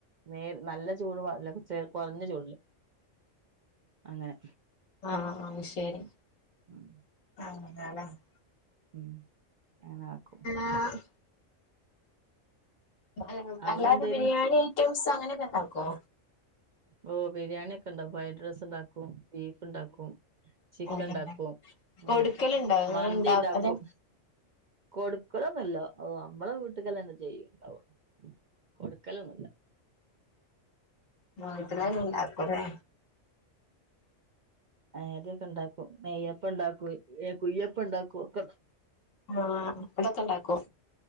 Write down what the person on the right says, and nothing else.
നേര് നല്ല ചൂട്ല്ല <unintelligible> അങ്ങനെ
ഉം
ഉം അങ്ങനാക്കും
അവിടെ
എന്തേന്
ഓഹ് ബിരിയാണ്യൊക്കെ ഇണ് ഫ്രൈഡ് റൈസ് ണ്ടാക്കും ബീഫ്ണ്ടാക്കും ചിക്കൻ
ഉണ്ടാക്കും
ഉം
മന്തി
ഇണ്ടാക്കും
കൊടുക്കലൊന്നുല്ല അവ് നമ്മളെ വീട്ടുകല്ലാം എന്താ ചെയ്യും ഔ കൊടുക്കലുന്നുല്ല
അങ്ങനൊക്കെ
കാട്ടും ഏത് തൊണ്ടാക്കും നെയ്യപ്പണ്ടാക്കും കുയ്യപ്പണ്ടാക്കും ഒക്കെ